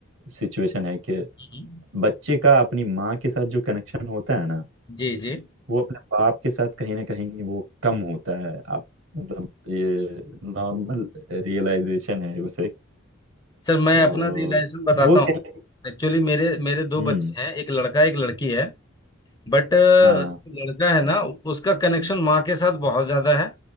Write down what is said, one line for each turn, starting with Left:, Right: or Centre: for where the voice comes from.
Right: सिचुएशन है कि
Left: हम्म।
Right: बच्चे का अपनी माँ के साथ जो कनेक्शन होता है ना
Left: जी जी
Right: वो अपने बाप के साथ कहीं ना कहीं वो कम होता है आप मतलब ये नॉर्मल रियलाइजेशन है उसे
Left: सर मैं
Right: तो
Left: अपना रियलाइजेशन बताता
Right: वो
Left: हूँ
Right: कहीं
Left: एक्चुअली मेरे मेरे दो
Right: हम्म
Left: बच्चे हैं एक लड़का एक लड़की है बट लड़का
Right: हाँ
Left: है ना उसका कनेक्शन माँ के साथ बहुत ज्यादा है